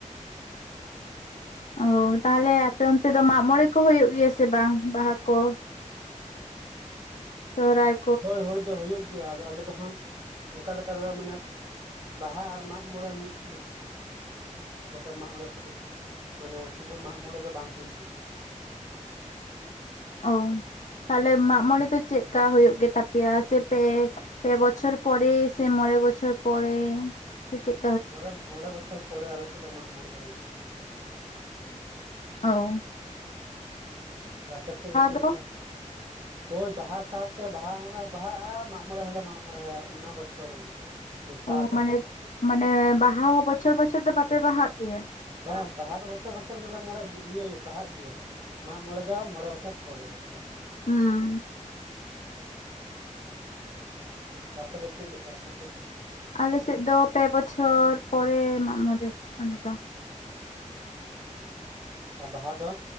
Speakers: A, on the left; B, on the right.
A: ᱚ ᱛᱟᱦᱞᱮ ᱟᱯᱮ ᱚᱱᱛᱮ ᱫᱚ ᱢᱟᱜ ᱢᱚᱬᱮ ᱠᱚ ᱦᱩᱭᱩᱜ ᱜᱮᱭᱟ ᱥᱮ ᱵᱟᱝ ᱵᱟᱦᱟ ᱠᱚ? ᱥᱚᱦᱚᱨᱟᱭ
B: ᱦᱳᱭ ᱦᱳᱭ ᱫᱚ ᱦᱩᱭᱩᱜ ᱜᱮᱭᱟ᱾ ᱟᱫᱚ ᱟᱞᱮ ᱫᱚ ᱦᱟᱸᱜ ᱚᱱᱠᱟ ᱞᱮᱠᱟᱛᱮ ᱫᱚ ᱢᱟᱱᱮ ᱵᱟᱦᱟ ᱟᱨ ᱢᱟᱜ ᱢᱚᱬᱮ ᱢᱤᱜ ᱪᱮ ᱞᱮᱠᱟ ᱢᱟᱜ ᱢᱚᱬᱮ ᱫᱚ, ᱢᱟᱱᱮ ᱥᱩᱫᱩ ᱢᱟᱜ ᱢᱚᱬᱮ ᱫᱚ ᱵᱟᱝ ᱦᱩᱭᱩᱜ ᱜᱤᱭᱟ᱾
A: ᱳᱸ ᱛᱟᱦᱞᱮ ᱢᱟᱜ ᱢᱚᱬᱮ ᱫᱚ ᱪᱮᱜ ᱦᱳᱭᱳᱜ ᱜᱮᱛᱟ ᱯᱮᱭᱟ ᱥᱮ ᱯᱮ ᱯᱮ ᱵᱚᱪᱷᱚᱨ ᱯᱚᱨᱮ ᱥᱮ ᱢᱚᱬᱮ ᱵᱚᱪᱷᱚᱨ ᱯᱚᱨᱮ ᱥᱮ ᱪᱮᱫ
B: ᱢᱚᱬᱮ ᱢᱚᱬᱮ ᱵᱚᱪᱷᱚᱨ ᱯᱚᱨᱮ ᱟᱞᱮ ᱥᱮᱫ ᱫᱚ ᱢᱟᱜ ᱢᱚᱬᱮ ᱫᱚ ᱦᱩᱭᱩᱜ ᱜᱤᱭᱟ᱾
A: ᱚᱸ᱾
B: ᱟᱯᱮ ᱥᱮᱜ ᱜᱮ ᱪᱮᱫ
A: ᱫᱚ
B: ᱞᱮᱠᱟ? ᱦᱳᱭ ᱵᱟᱦᱟ ᱥᱟᱶᱛᱮ ᱵᱟᱦᱟ ᱦᱚᱸᱱᱟ ᱵᱟᱦᱟᱜᱼᱟ, ᱢᱟᱜ ᱢᱚᱬᱮ ᱦᱚᱞᱮ ᱢᱟᱜ ᱢᱚᱬᱮᱦᱟᱭᱟ ᱚᱱᱟ ᱵᱚᱪᱷᱚᱨ ᱨᱮᱜᱮ᱾ ᱢᱮᱥᱟ
A: ᱚᱸ
B: ᱠᱟᱛᱮᱫ
A: ᱢᱟᱱᱮ ᱢᱟᱱᱮ ᱵᱟᱦᱟ ᱦᱚᱸ ᱵᱚᱪᱷᱚᱨ ᱵᱚᱪᱷᱚᱨ ᱫᱚ ᱵᱟᱯᱮ ᱵᱟᱦᱟᱜ ᱜᱮᱭᱟ?
B: ᱵᱟᱝ ᱵᱟᱦᱟ ᱫᱚ ᱵᱚᱪᱷᱚᱨ ᱵᱚᱪᱷᱚᱨ ᱜᱮᱞᱮ ᱢᱚᱬᱮ ᱤᱭᱤᱭᱮᱹ ᱵᱟᱦᱟᱜ ᱜᱮᱭᱟ, ᱢᱟᱜ ᱢᱚᱬᱮ ᱫᱚ ᱢᱚᱬᱮ ᱵᱚᱪᱷᱚᱨ ᱯᱚᱨᱮ᱾ <inaudible>
A: ᱦᱩᱸ
B: ᱟᱯᱮ ᱫᱚ ᱪᱮᱫ ᱞᱮᱠᱟ ᱟᱯᱮ ᱥᱮᱜ ᱫᱚ?
A: ᱟᱞᱮ ᱥᱮᱜ ᱫᱚ ᱯᱮ ᱵᱚᱪᱷᱚᱨ ᱯᱚᱨᱮ ᱢᱟᱜ ᱢᱚᱬᱮ ᱟᱞᱮ ᱫᱚ᱾
B: ᱚᱸᱻ ᱟᱨ ᱵᱟᱦᱟ ᱫᱚ?